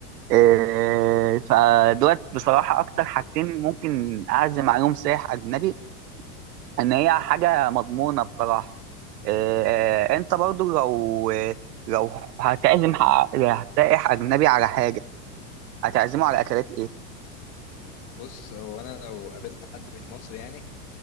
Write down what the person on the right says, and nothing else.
إيه، فدوت بصراحة أكتر حاجتين ممكن أعزم عليهم سائح أجنبي إن هي حاجة مضمونة بصراحة إيه، أنت برضو لو لو هتعزم ح- سائح أجنبي على حاجة هتعزمه على أكلات إيه؟